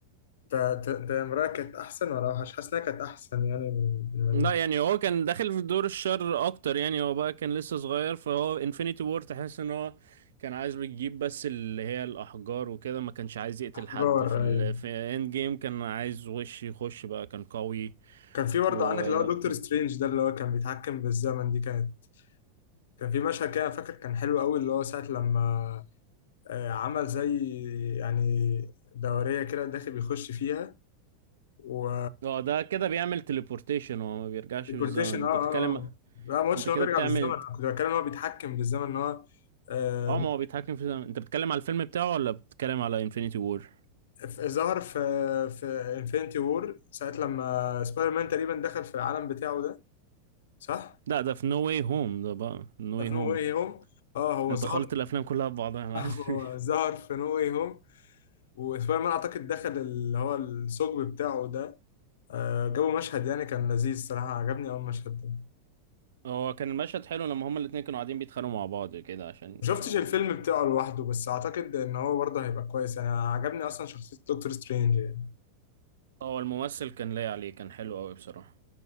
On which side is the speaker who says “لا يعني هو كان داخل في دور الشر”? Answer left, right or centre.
Right